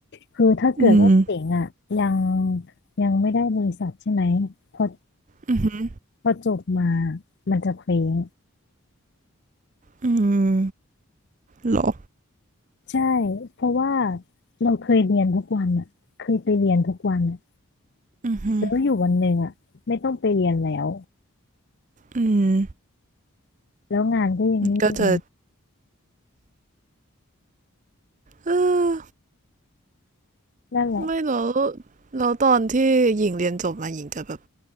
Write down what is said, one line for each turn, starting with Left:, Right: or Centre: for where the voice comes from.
Left: คือถ้าเกิดว่าเจ๋งอะยัง
Right: อืม
Left: ยังไม่ได้บริษัทใช่ไหมพอ
Right: อือหือ
Left: พอจบมามันจะเคว้ง
Right: อืมเหรอ
Left: ใช่เพราะว่าเราเคยเรียนทุกวันอะเคยไปเรียนทุกวันอะ
Right: อือหือ
Left: แล้วอยู่วันหนึ่งอะไม่ต้องไปเรียนแล้ว
Right: อืม
Left: แล้วงานก็ยังไม่มี
Right: ก็จะเออ
Left: นั่นแหละ
Right: ไม่แล้วแล้วตอนที่หญิงเรียนจบมาหญิงจะแบบ